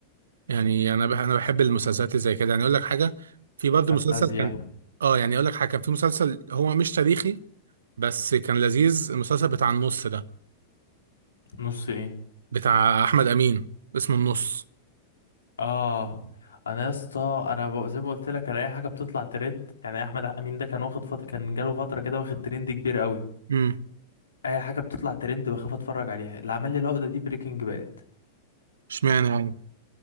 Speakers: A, on the right (about 65°); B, on the left (about 70°).
A: يعني انا بح انا بحب المسلسلات اللي زي كده يعني اقول لك حاجه في برضه
B: فانتازيا
A: مسلسل كان اه يعني اقول لك حاجه كان في مسلسل هو مش تاريخي بس كان لذيذ المسلسل بتاع النص ده
B: نص ايه
A: بتاع احمد امين اسمه النص
B: اه انا يا اسطى انا ب- زي ما قلت لك انا اي حاجه بتطلع ترند يعني احمد امين ده كان واخد فتره كان جاله فتره كده واخد ترند كبير قوي
A: امم
B: اي حاجه بتطلع ترند بخاف اتفرج عليها اللي عمل لي العقده دي بريكنج باد
A: اشمعنى يعني